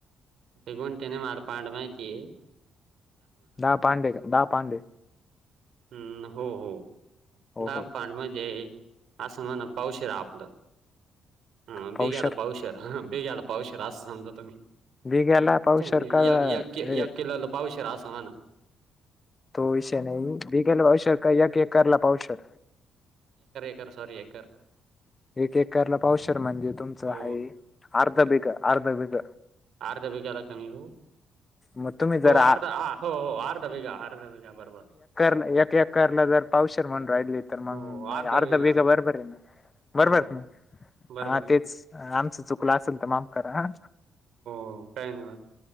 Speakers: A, on the right; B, on the left.
A: ते गुंठे नाही माल पांड माहितीये.
B: दहा पांडे का दहा पांडे
A: हम्म हो हो
B: हो
A: दहा
B: हो
A: पांड म्हणजे? असं म्हणा पावशेर आपलं हा बिघ्याला
B: पावशर
A: पावशेर हा बेघला पावशेर अस समजा तुम्ही,
B: बिघ्याला पावशर
A: कि
B: का
A: एक एक
B: हे
A: किलोला पावशेर. होणा
B: तो विषय नाही. बी गेल्या वर्षाला एक एकरला पाउशर
A: कर सॉरी एकरर
B: एक एकरला पाउशर म्हणजे तुमचं
A: हो
B: आहे अर्ध बीघ अर्ध बिघ
A: अर्ध्या बिघारा कमी हो.
B: मग तुम्ही जर
A: हो
B: आ
A: अर्ध ह हो हो अर्ध बीघा अर्ध बीघा बरोबर
B: ए एकरला जर पावशेर म्हणू राहिली, तर मंग
A: हो अर्धा
B: अर्ध
A: बिघा
B: माझं बीग बरोबर हाय. बरबर
A: हो
B: हा
A: बरोबर
B: हा
A: आहे
B: तेच, आमचं चुकलं असेल तर माफ करा हा.
A: हो काहीही म्हणा,